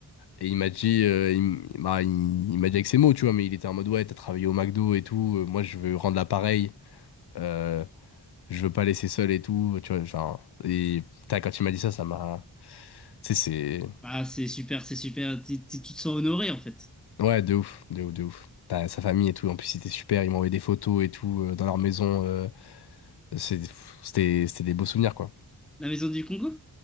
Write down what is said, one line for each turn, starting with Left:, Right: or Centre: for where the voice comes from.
Left: Et il m'a dit, euh, il, m- bah, il, il m'a dit avec ses mots, tu vois. Mais il était en mode, ouais, t'as travaillé au McDo et tout. euh, moi, je veux rendre l'appareil. Euh, je veux pas laisser seul et tout. Tu vois, genre. Et putain, quand il m'a dit ça, ça m'a. Tu sais, c'est.
Centre: Bah, c'est super, c'est super. T'es- t'es- Tu te sens honoré, en fait.
Left: Ouais, de ouf, de ouf, de ouf. T'as sa famille et tout. En plus, c'était super. Il m'a envoyé des photos et tout euh, dans leur maison. euh, C'est- C'était c'était des beaux souvenirs, quoi.
Centre: La maison du Congo?